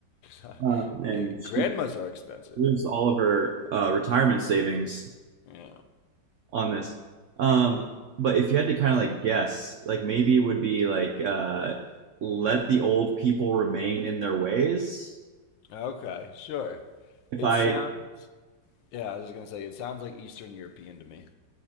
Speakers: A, on the left; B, on the right.
A: Uh,
B: um,
A: <laughs>
B: and
A: eh, grandmas
B: she
A: are expensive.
B: lose all of her uh, retirement savings
A: Yeah.
B: on this. Um, but if you had to kind of like guess, like maybe it would be like uh, let the old people remain in their ways.
A: Okay, sure.
B: If
A: It
B: I,
A: sounds. Yeah, I was just gonna say it sounds like Eastern European to me.